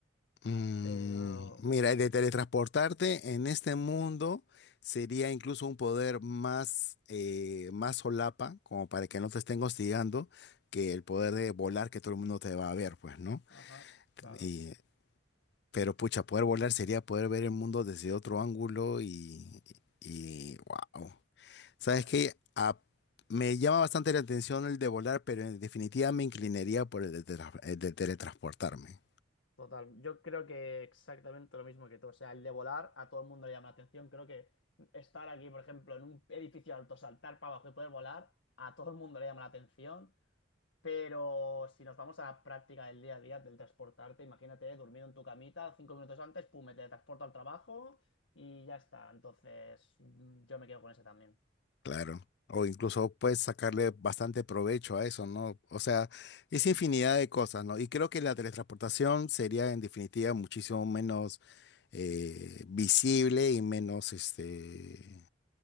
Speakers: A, on the left (about 60°); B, on the left (about 80°).
A: Mm,
B: Pero,
A: mira,
B: uff,
A: el de teletransportarte en este mundo sería incluso un poder más, eh, más solapa, como para que no te estén hostigando, que el poder de volar que todo el mundo te va a ver, pues, ¿no?
B: ajá, claro.
A: Y Pero pucha, poder volar sería poder ver el mundo desde otro ángulo y, y wow. ¿Sabes
B: Ya.
A: qué? A- me llama bastante la atención el de volar, pero en definitiva me inclinaría por el de, tra- el de teletransportarme,
B: Total, yo creo que exactamente lo mismo que tú. O sea, el de volar a todo el mundo le llama la atención. Creo que estar aquí, por ejemplo, en un edificio alto, saltar para abajo y poder volar, a todo el mundo le llama la atención. Pero si nos vamos a la práctica del día a día del transportarte, imagínate, durmiendo en tu camita, cinco minutos antes, pum, me teletransporto al trabajo y ya está. Entonces, mm, yo me quedo con ese también.
A: claro. O incluso puedes sacarle bastante provecho a eso, ¿no? O sea, es infinidad de cosas, ¿no? Y creo que la teletransportación sería en definitiva muchísimo menos eh, visible y menos, este,